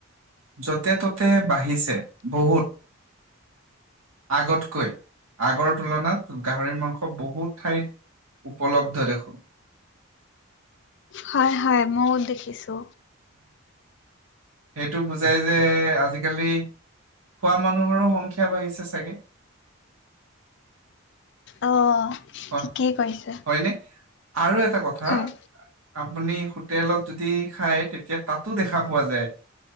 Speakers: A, on the right; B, on the left.
A: য'তে ত'তে বাঢ়িছে বহুত আগতকৈ আগৰ তুলনাত গাহৰি মাংস বহুত ঠাইত উপলব্ধ দেখো।
B: হয় হয় ময়ও দেখিছো।
A: সেইটো বুজাই যে আজিকালি খোৱা মানুহৰো সংখ্যা বাঢ়িছে চাগে।
B: অ'।
A: হয়
B: ঠিকেই কৈছে।
A: হয়নে আৰু এটা কথা,
B: হয়।
A: আপুনি হোটেলত যদি খাই তেতিয়া তাতো দেখা পোৱা যায়